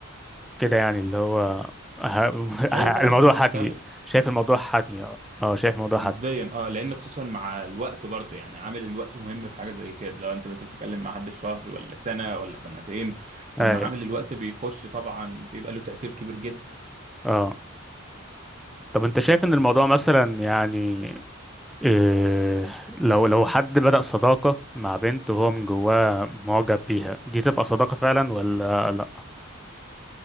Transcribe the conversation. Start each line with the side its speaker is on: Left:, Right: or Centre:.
Centre: كده يعني اللي هو ه...
Right: أيوة طبعا
Centre: <laughs> الموضوع
Right: الحوار
Centre: حتمي
Right: مختلف
Centre: شايف الموضوع حتمي اه اه شايف الموضوع حتمي
Right: نسبيا اه لان خصوصا مع الوقت برضه يعني عامل الوقت مهم في حاجه زي كده لو انت مثلا بتتكلم مع حد شهر ولا سنه ولا سنتين فما
Centre: اي
Right: عامل الوقت بيخش طبعا بيبقى له تاثير كبير جدا
Centre: اه طب انت شايف ان الموضوع مثلا يعني إيه لو لو حد بدأ صداقة مع بنت وهو من جواه معجب بيها دي تبقى صداقة فعلا ولا لأ؟